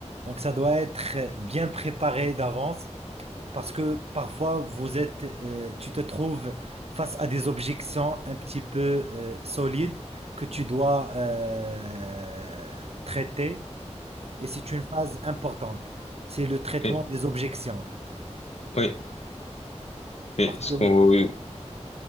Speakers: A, on the right; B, on the left.
A: Donc, ça doit être bien préparé d'avance Parce que parfois, vous êtes, euh, tu te trouves face à des objections un petit peu euh, solides que tu dois euh, traiter. Et c'est une phase importante. C'est le traitement
B: oui,
A: des objections.
B: oui, oui,
A: Parce
B: ce
A: que,
B: qu'on, oui,